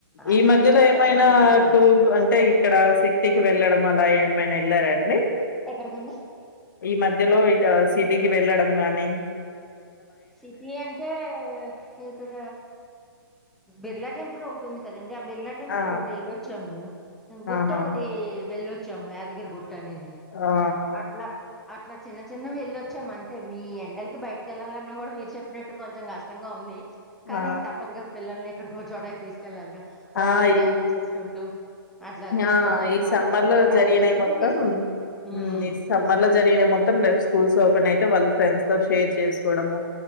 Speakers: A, in the centre; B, on the left.
A: అందుకనే
B: ఈ మధ్యలో
A: పిల్లల్ని
B: ఏమైనా
A: అట్లా తీసుకెళ్ళాం
B: టూర్ అంటే ఇక్కడ సిటీకి వెళ్ళడం అలా ఏమైనా వెళ్లారా అండి
A: ఎక్కడికండి
B: ఈ మధ్యలో ఇట సిటీ వెళ్ళడం గానీ
A: సిటీ అంటే ఇక్కడ బిర్లా టెంపుల్ ఒకటి ఉంది కదండి బిర్లా టెంపుల్
B: ఆ!
A: ఒకటి వెళ్ళొచ్చాము గుట్ట
B: ఆహా!
A: ఒకటి వెళ్ళొచ్చాము యాదగిరి గుట్ట అనేది
B: ఆ!
A: అట్లా అట్లా చిన్న చిన్నవి వెళ్ళొచ్చాం అంతే మీ ఎండలకి బయటికెళ్ళాల మీరు చెప్పినట్టు కొంచెం కష్టంగా ఉంది కానీ
B: ఆ!
A: తప్పదుగా పిల్లల్ని ఇక్కడికో ఒక చోటకి తీసుకు కె వెళ్ళాలిగా
B: ఆ!
A: వాటర్
B: ఈ
A: క్యారీ చేసుకుంటూ అట్లా తీసుకెళ్
B: ఆ
A: లెమన్
B: ఈ
A: వాటర్
B: సమ్మర్
A: అవి
B: లో
A: క్యారీ
B: జరిగినాయి
A: చేసుకుంటే
B: మొత్తం
A: తీసుకెళ్తాం ఉమ్
B: ఉ ఈ సమ్మర్ లో జరిగిన మొత్తం రేపు స్కూల్స్ ఓపెన్ అయితే వాళ్ళు ఫ్రెండ్స్ లో షేర్ చేసుకోవడము